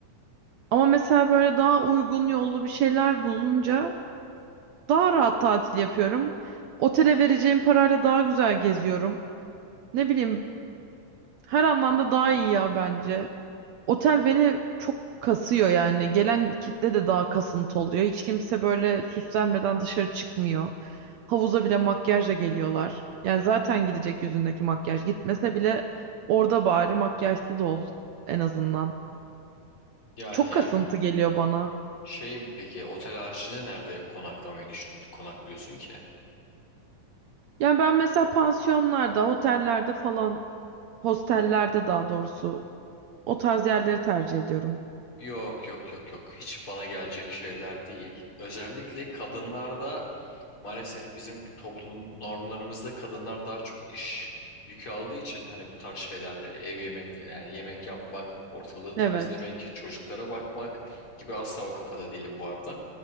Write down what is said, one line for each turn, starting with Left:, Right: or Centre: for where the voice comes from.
Right: Ama mesela böyle daha uygun yollu bir şeyler bulunca daha rahat tatil yapıyorum. Otele vereceğim parayla daha güzel geziyorum. Ne bileyim Her anlamda daha iyi ya bence. Otel beni çok kasıyor yani. Gelen kitle de daha kasıntı oluyor. Hiç kimse böyle süslenmeden dışarı çıkmıyor. Havuza bile makyajla geliyorlar. Yani zaten gidecek yüzündeki makyaj. Gitmese bile orada bari makyajsız ol en azından.
Left: Ya
Right: Çok
Left: yani
Right: kasıntı geliyor bana.
Left: şey peki otel haricinde nerede konaklamayı düşün, konaklıyorsun ki?
Right: Yani ben mesela pansiyonlarda, otellerde falan, hostellerde daha doğrusu o tarz yerleri tercih ediyorum.
Left: Yok yok yok yok hiç bana gelecek şeyler değil. Özellikle kadınlarda maalesef bizim toplum normlarımızda kadınlar daha çok iş yükü aldığı için hani bu tarz şeylerde ev yemek yani yemek yapmak, ortalığı temizlemek,
Right: Evet.
Left: çocuklara bakmak gibi asla o kafada değilim bu arada.